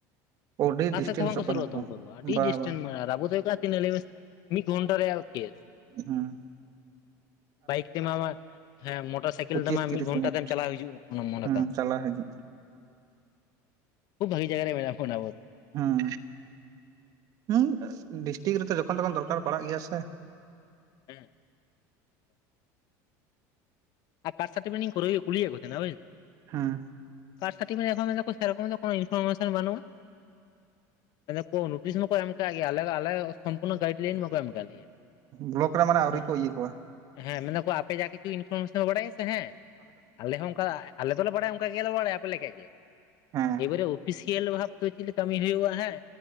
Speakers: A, on the right (about 45°); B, on the left (about 50°).
A: ᱟᱹᱰᱤ
B: ᱚᱠᱟ
A: ᱰᱤᱥᱴᱮᱱᱥᱚᱜ
B: ᱥᱮᱫ ᱛᱮᱦᱚᱸ ᱵᱟᱝᱠᱚ ᱥᱩᱨᱩᱜᱼᱟ
A: ᱠᱟᱱᱟ ᱠᱚ
B: ᱛᱚ ᱩᱱᱠᱩ ᱫᱚ, ᱟᱹᱰᱤ
A: ᱵᱟ
B: ᱰᱤᱥᱴᱮᱱ
A: ᱵᱟ
B: ᱟᱵᱚ ᱫᱚ ᱦᱳᱭᱳᱜ ᱠᱟᱼᱼ ᱛᱤᱱᱟᱹᱜ ᱞᱟᱹᱭ ᱢᱮᱥᱮ, ᱢᱤᱜ ᱜᱚᱱᱴᱟ ᱨᱮᱭᱟᱜ ᱠᱮᱥ ᱾
A: ᱦᱩᱸᱼᱼ
B: ᱵᱟᱭᱤᱠ ᱛᱮᱢᱟ ᱢᱟ ᱦᱮᱸ ᱢᱚᱴᱚᱨᱥᱟᱭᱠᱮᱞ
A: ᱯᱚᱸᱪᱤᱥ
B: ᱛᱮᱢᱟ
A: ᱛᱤᱨᱤᱥ
B: ᱢᱤᱫ ᱜᱷᱚᱱᱴᱟ
A: ᱢᱤᱱᱤᱴ
B: ᱛᱮᱢ ᱪᱟᱞᱟᱣ ᱦᱤᱡᱩᱜ ᱢᱚᱱᱮ
A: ᱦᱩᱸ
B: ᱛᱟᱢ ᱾
A: ᱪᱟᱞᱟᱜ ᱦᱤᱡᱩᱜ
B: ᱠᱷᱩᱵ ᱵᱷᱟᱜᱮ ᱡᱟᱭᱜᱟ ᱨᱮ ᱢᱮᱱᱟᱜ ᱵᱚᱱᱟ ᱟᱵᱚ ᱫᱚ ᱾
A: ᱦᱩᱸ ᱩᱸᱜ ᱰᱤᱥᱴᱤᱠ ᱨᱮᱛᱚ ᱡᱚᱠᱷᱚᱱ ᱛᱚᱠᱷᱚᱱ ᱫᱚᱨᱠᱟᱨ ᱯᱟᱲᱟᱜ ᱜᱮᱭᱟ ᱥᱮᱼᱼ
B: ᱩᱸᱼᱼ ᱟᱨ ᱠᱟᱥᱴᱴᱚᱯᱤᱠᱮᱴᱤᱧ ᱠᱩᱨᱤᱭ ᱠᱩᱞᱤᱭᱮᱫ ᱠᱚ ᱛᱟᱸᱦᱮᱱᱟ ᱵᱩᱡᱫᱟᱢ ᱾
A: ᱦᱩᱸᱼᱼ
B: ᱠᱟᱥ ᱥᱟᱨᱴᱤᱯᱷᱤᱠᱮᱴ ᱮᱠᱷᱚᱱ ᱢᱮᱱᱫᱟᱠᱚ ᱥᱮᱨᱚᱠᱚᱢ ᱫᱚ ᱠᱳᱱᱳ ᱤᱱᱯᱷᱚᱨᱢᱮᱥᱚᱱ ᱵᱟᱹᱱᱩᱜᱼᱟ ᱾ ᱢᱮᱱᱫᱟᱠᱚ ᱱᱳᱴᱤᱥ ᱢᱟᱠᱚ ᱮᱫ ᱠᱟᱫ ᱜᱮᱭᱟ ᱟᱞᱮ ᱫᱚ ᱟᱞᱮᱼᱼ ᱠᱳᱱᱳ ᱜᱟᱭᱤᱰ ᱞᱟᱭᱤᱱ ᱵᱟᱠᱚ ᱮᱢ ᱟᱠᱟᱫ ᱞᱮᱭᱟ
A: ᱵᱞᱚᱠ ᱨᱮ ᱢᱟᱱᱮ ᱟᱹᱣᱨᱤ
B: ᱾
A: ᱠᱚ ᱤᱭᱟᱹ ᱠᱚᱣᱟ
B: ᱦᱮᱸ ᱢᱮᱱᱫᱟᱠᱚ ᱟᱯᱮ ᱡᱟ ᱠᱤᱪᱷᱩ ᱤᱱᱯᱷᱚᱨᱢᱮᱥᱚᱱ ᱯᱮ ᱵᱟᱲᱟᱭᱟ ᱥᱮ ᱦᱮᱸ, ᱟᱞᱮ ᱦᱚᱸ ᱚᱱᱠᱟᱼᱼ ᱟᱞᱮ ᱫᱚᱞᱮ ᱵᱟᱲᱟᱭᱟ ᱚᱱᱠᱟ ᱜᱮᱞᱮ ᱵᱟᱲᱟᱭᱟ ᱟᱯᱮ ᱞᱮᱠᱟᱜᱮ,
A: ᱦᱮᱸ
B: ᱮᱵᱟᱨᱮ ᱚᱯᱷᱤᱥ ᱥᱤᱭᱟᱞᱤ ᱵᱷᱟᱵ ᱛᱮ ᱪᱮᱫ ᱞᱮ ᱠᱟᱢᱤ ᱦᱩᱭᱩᱜᱼᱟ ᱦᱮᱸ